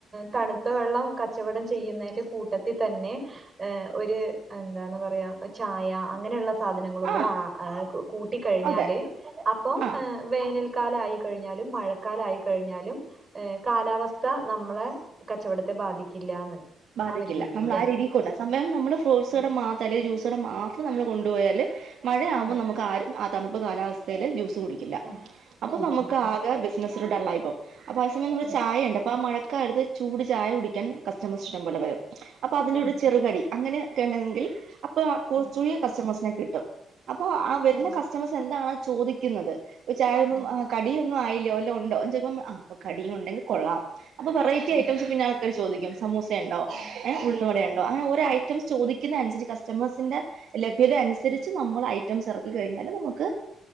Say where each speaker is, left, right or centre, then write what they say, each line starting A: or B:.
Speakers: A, on the right; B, on the right.
A: തണുത്ത വെള്ളം കച്ചവടം ചെ ചെയ്യുന്നതിന്റെ കൂട്ടത്തിൽ തന്നെ ഒരു എന്താന്ന് പറയാ ചായ അങ്ങനെയുള്ള സാധനങ്ങളും കൂടാ
B: ആ
A: ആ ഹ് കൂട്ടിക്കഴിഞ്ഞാല്
B: അതെ
A: അപ്പോ
B: ആ
A: ഹ് വേനൽക്കാലയി കഴിഞ്ഞാലും മഴക്കാലയി കഴിഞ്ഞാലും ഏഹ് കാലാവസ്ഥ നമ്മളെ കച്ചവടത്തെ ബാധിക്കില്ലാന്ന്
B: ബാധിക്കില്ല
A: ആ ഒരു രീതില്ലേ
B: നമ്മൾ ആ രീതിക്ക് കൊണ്ട് സമയം നമ്മള് ഫ്രൂട്ട്സുകട
A: ഉം
B: മാത്രം അല്ലെങ്കിൽ ജ്യൂസൂകട മാത്രം നമ്മൾ കൊണ്ടു പോയാൽ മഴയാകുമ്പോൾ
A: ഉം
B: നമുക്ക് ആരും അ തണുപ്പ് കാലാവസ്ഥയില് ജ്യൂസ് കുടിക്കില്ല
A: ഉം
B: അപ്പൊ
A: ഉം
B: നമുക്ക്
A: ഉം
B: ആകെ ബിസിനസ് ഡള്ളാ ഇപ്പം അപ്പൊ ആത് സമയ നമ്മള്
A: ഉം
B: ചായ ഉണ്ട് അപ്പൊ ആ മഴക്കാലത്ത് ചൂട് ചായ കുടിക്കാൻ കസ്റ്റമേഴ്സ്ഷി ഷ്ടം പോലെ വരും അപ്പൊ അതിന്റെ
A: ഉം
B: ഒരു ചെറുകടി
A: ഉം ഉം
B: അങ്ങനെക്കെ ണെങ്കിൽ അപ്പൊ കുറച്ചൂകൂടി
A: ഉം
B: കസ്റ്റമേഴ്സിനെ കിട്ടും അപ്പൊ ആ വരുന്ന
A: ഉം
B: കസ്റ്റമേഴ്സ് എന്താണ് ചോദിക്കുന്നത് ഒരു ചായ ഒന്നും
A: ഉം
B: കടിയൊന്നും ആയില്ലോ വല്ലോ ഉണ്ടോ ച ആ കടിയും ഉണ്ടെങ്കിൽ കൊള്ളാം അപ്പൊ വെറൈറ്റി
A: ഉം
B: ഐറ്റംസ് പിന്നെ ആൾക്കാര് ചോദിക്കും സമൂസ ഇണ്ടോ
A: ഉം ഉം
B: ഉള്ളുന്നവട
A: ഉം
B: ഉണ്ടോ അങ്ങന ഓരോ ഐറ്റംസ് ചോദിക്കുന്നതനുസരിച്ച് കസ്റ്റമേഴ്സിന്റെ ലഭ്യത അനുസരിച്ച്
A: ഉം
B: നമ്മള് ഐറ്റംസ് ഇറക്കി കഴിഞ്ഞാല് നമുക്ക്